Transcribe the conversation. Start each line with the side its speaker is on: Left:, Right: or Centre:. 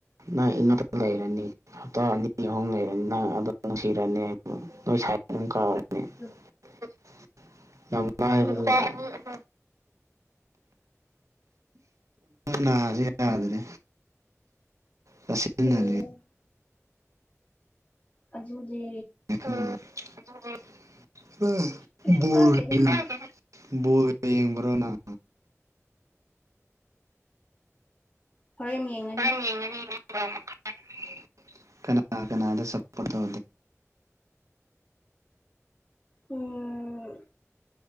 Right: ꯅꯪ ꯏꯅꯥꯛꯇꯥ ꯂꯩꯔꯅꯤ ꯍꯞꯇꯥ ꯑꯅꯤ ꯑꯍꯨꯝ ꯂꯩꯔꯅꯤ ꯅꯪ ꯑꯗꯨꯝ ꯅꯨꯡꯁꯤꯔꯅꯤ ꯅꯣꯏ ꯁꯥꯏ ꯑꯗꯨꯝ ꯀꯥꯎꯔꯅꯤ
Left: ꯎꯝ
Right: <unintelligible>
Left: ꯑꯍꯨꯝ
Right: ꯅꯥꯁꯦ ꯌꯥꯗ꯭ꯔꯦ ꯆꯥꯁꯤꯟꯅꯔꯦ
Left: ꯎꯝ ꯑꯗꯨꯗꯤ
Right: <unintelligible>
Left: ꯀꯩꯁꯨ ꯀꯥꯏꯗꯦꯗ
Right: ꯕꯣꯜ ꯌꯦꯡꯕꯔꯣ ꯅꯪ
Left: ꯍꯣꯔꯦꯟ ꯌꯦꯡ
Right: ꯍꯣꯔꯦꯟ ꯌꯦꯡꯒꯅꯤ <unintelligible> ꯀꯅꯥ ꯀꯅꯥꯗ ꯆꯠꯄꯗꯣ
Left: ꯎꯝ